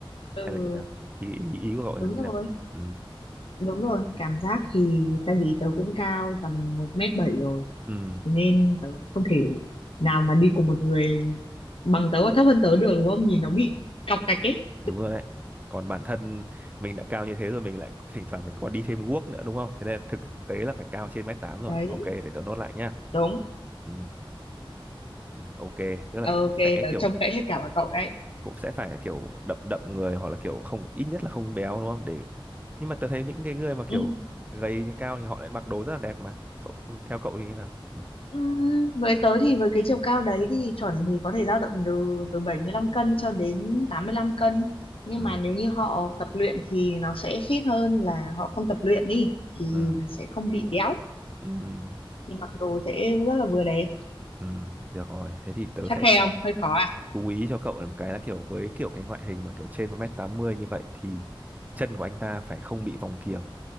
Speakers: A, on the left; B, on the right.
A: ừ
B: hay là như nào ý ý, ý của cậu
A: đúng
B: là như
A: rồi
B: nào ừ
A: đúng rồi cảm giác thì tại vì tớ cũng cao tầm một mét bảy rồi
B: ừ
A: Thế nên tớ không thể nào mà đi cùng một người bằng tớ hoặc thấp hơn tớ được đúng không nhìn nó bị cọc cạch ấy
B: đúng rồi đấy còn bản thân mình đã cao như thế rồi mình lại thỉnh thoảng mình còn đi thêm guốc nữa đúng không thế nên thực tế là phải cao trên mét tám rồi
A: đấy
B: ok để tớ nốt lại nhá
A: Đúng
B: ừ, ừ, ok tức là
A: ok
B: cũng sẽ
A: tớ
B: kiểu
A: trông cậy hết cả vào cậu đấy
B: cũng sẽ phải kiểu đậm đậm người hoặc là kiểu không ít nhất là không béo đúng không để nhưng mà tớ thấy những cái người mà kiểu
A: ừ.
B: gầy cao thì họ lại mặc đồ rất là đẹp mà cậu theo cậu thì như nào ừ.
A: Ừm, với tớ thì với cái chiều cao đấy thì chuẩn thì có thể dao động từ từ 75 cân cho đến tám mươi lăm cân nhưng
B: Ừ.
A: mà nếu như họ tập luyện thì nó sẽ fit hơn là họ không tập luyện đi thì
B: Ừ.
A: sẽ không bị béo
B: Ừ.
A: thì mặc đồ sẽ rất là vừa đẹp
B: Ừ. Được rồi thế thì tớ
A: khắt
B: sẽ
A: khe không hơi khó à
B: chú ý cho cậu làm cái là kiểu với kiểu cái ngoại hình mà kiểu trên 1m80 như vậy thì chân của anh ta phải không bị vòng kiềng